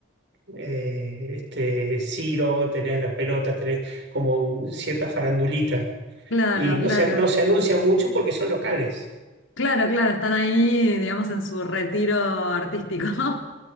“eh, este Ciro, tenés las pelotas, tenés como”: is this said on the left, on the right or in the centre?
Right